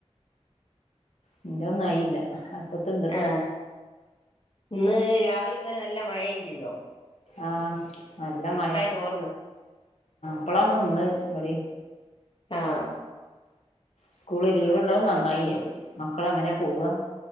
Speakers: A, on the left; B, on the left.
A: എന്റെ ഒന്നുആയില്ല അട്പ്പത്തിണ്ട്
B: ആഹ് ഇന്ന് രാവിലെ മുതല് നല്ല മഴയിനല്ലോ
A: ആഹ നല്ല മഴ
B: ചോർന്ന്
A: പ്പളാന്ന്നിന്നത് പടി
B: ആഹ
A: സ്കൂള് ലീവ് ഉള്ളത് നന്നായി ഏച്ചി മക്കള് എങ്ങനാ നെ പോവുക